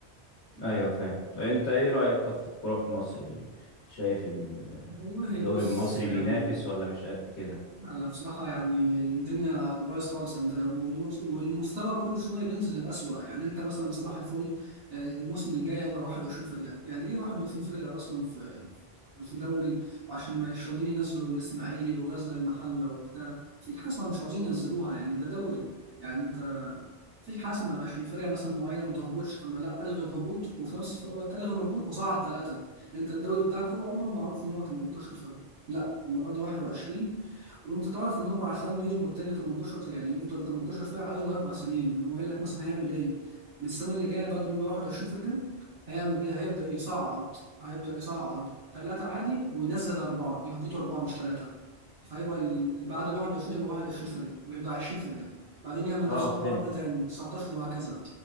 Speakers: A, on the left; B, on the right.
A: ايوه فاهم انت ايه رأيك طب في الكورة في مصر إيه؟ شايف ال-
B: والله
A: الدوري
B: بص
A: المصري
B: يعني
A: بينافس ولا مش قد كده
B: انا بصراحه يعني الدنيا بايظ خالص عندنا والمس- والمستوى كل شويه بينزل للأسوأ يعني انت مثلا صباح الفل آه، الموسم الجاي هيبقى 21 فرقه يعني ايه 21 فرقه اصلا في الدوري وعشان ما يشردين ينزلوا الاسماعيلي وغزل المحله وبتاع في حاسمه مش عاوزين ينزلوها يعني ده دوري يعني انت في حاسمه عشان فرقه مثلا معينه ما تهبطش فانا لا الغي الهبوط وفي نفس الوقت الغي الهبوط وصعد ثلاثه انت الدوري بتاعك طول عمره معروف ان هو 18 فرقه لا المره دي 21 وانت تعرف ان هو عشان يظبط التاني 18 يعني يفضل 18 فرقه عايز له اربع سنين يعني هو قال لك مثلا هيعمل ايه؟ من السنه اللي جايه بعد ما يبقى 21 فرقه هيعمل ايه؟ هيبدا يصعد هيبدا يصعد ثلاثه عادي وينزل اربعه يهبطوا اربعه مش ثلاثه فيبقى ال- بعد ال 21 يبقى 21 فرقه بيبقى 20 فرقه بعدين يعمل
A: اه
B: نفس الحوار
A: فهمت
B: ده تاني 19 وهكذا